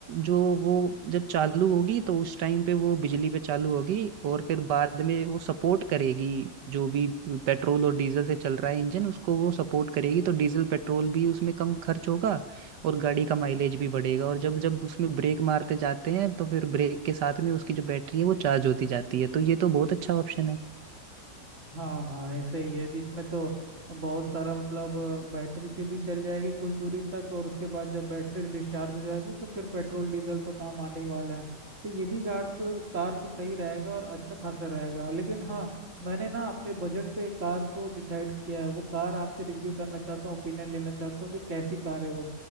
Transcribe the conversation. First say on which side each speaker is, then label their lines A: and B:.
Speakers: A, on the right (about 75°); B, on the right (about 45°).
A: जो वो जब चालू होगी तो उस टाइम पे वो बिजली पे चालू होगी और फिर बाद में वो सपोर्ट करेगी जो भी पेट्रोल और डीजल से चल रहा है इंजन उसको वो सपोर्ट करेगी तो डीजल पेट्रोल भी उसमें कम खर्च होगा और गाड़ी का माइलेज भी बढ़ेगा और जब जब उसमें ब्रेक मारते जाते हैं तो फिर ब्रेक के साथ में उसकी जो बैटरी है वो चार्ज होती जाती है तो ये तो बहुत अच्छा ऑप्शन है
B: हाँ हाँ ऐसे ही है जिसमें तो बहुत सारा मतलब बैटरी से भी चल जाएगी कुछ दूरी तक और उसके बाद जब बैटरी डिस्चार्ज हो जाएगी तो फिर पेट्रोल डीजल तो काम आने ही वाला है तो ये भी कार तो कार तो सही रहेगा और अच्छा खासा रहेगा लेकिन हाँ मैंने ना अपने बजट पे एक कार को डिसाइड किया है वो कार आपसे रिव्यू करना चाहता हूँ ओपिनियन लेना चाहता हूँ कि कैसी कार है वो